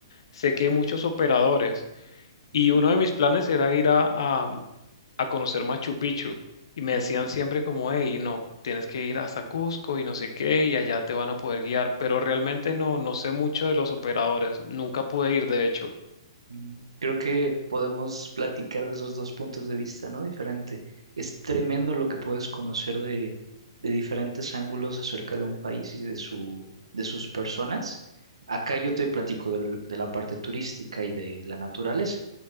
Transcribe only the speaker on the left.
sé que hay muchos operadores. Y
uno de mis planes era ir a, a, a conocer Machu Picchu. Y me
decían
siempre como, hey, no, tienes que ir hasta Cusco y no sé qué, y allá te van a poder guiar. Pero realmente no, no sé mucho de los operadores. Nunca pude ir, de hecho.